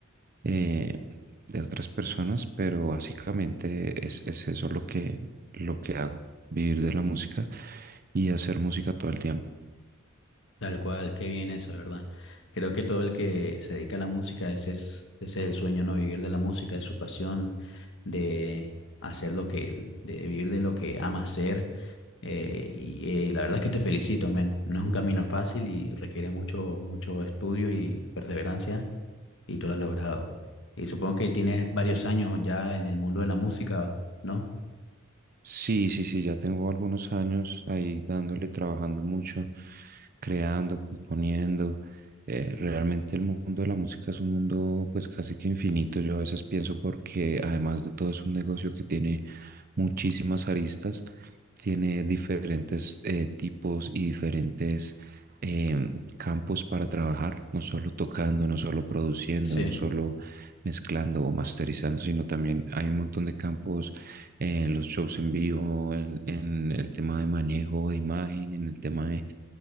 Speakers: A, on the right (about 45°); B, on the left (about 65°).
A: eh, de otras personas, pero básicamente es, es eso lo que, lo que hago, vivir de la música y hacer música todo el tiempo.
B: Tal cual, qué bien eso, de ¿verdad? Creo que todo el que se dedica a la música, ese es, ese es el sueño, ¿no? Vivir de la música, de su pasión, de hacer lo que, de vivir de lo que ama hacer. eh, y, eh, y la verdad es que te felicito, men. No es un camino fácil y requiere mucho, mucho estudio y perseverancia, y tú lo has logrado. Y supongo que tienes varios años ya en el mundo de la música, ¿no?
A: Sí, sí, sí, ya tengo algunos años ahí dándole, trabajando mucho, creando, componiendo. Eh, realmente el mundo de la música es un mundo pues casi que infinito. Yo a veces pienso porque además de todo es un negocio que tiene muchísimas aristas, tiene diferentes eh, tipos y diferentes em, campos para trabajar, no solo tocando, no solo produciendo,
B: Sí.
A: no solo mezclando o masterizando, sino también hay un montón de campos eh, los shows en vivo, en, en el tema de manejo de imagen, en el tema de,